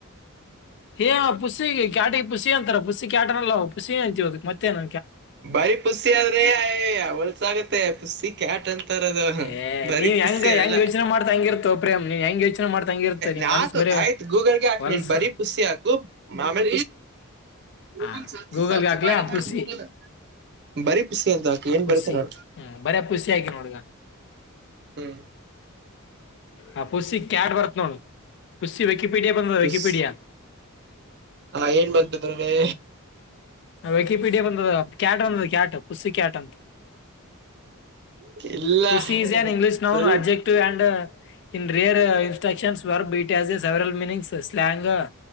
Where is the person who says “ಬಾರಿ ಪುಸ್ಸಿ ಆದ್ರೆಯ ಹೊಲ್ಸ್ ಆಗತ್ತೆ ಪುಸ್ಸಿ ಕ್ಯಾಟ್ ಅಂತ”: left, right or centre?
Right